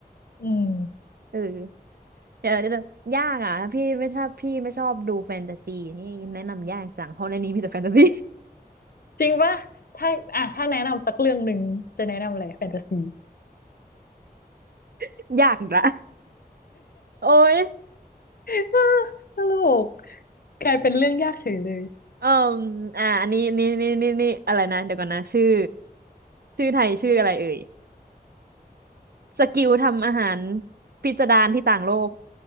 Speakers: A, on the left (about 65°); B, on the right (about 70°).
A: อืม
B: เออเดี๋ยวเดี๋ยวยากอ่ะถ้าพี่ไม่ชอบพี่ไม่ชอบดูแฟนตาซีนี่แนะนำยากจังเพราะในนี้มีแต่แฟนตาซี
A: จริงปะถ้าอ่ะถ้าแนะนำสักเรื่องหนึ่งจะแนะนำอะไรแฟนตาซี
B: <laughs> ยากอีกละโอ๊ย
A: <laughs> ตลกกลายเป็นเรื่องยากเฉยเลย
B: เอ่ออ่าอันนี้นี่นี่นี่นี่อะไรนะเดี๋ยวก่อนนะชื่อชื่อไทยชื่ออะไรเอ่ยสกิลทำอาหารพิสดารที่ต่างโลก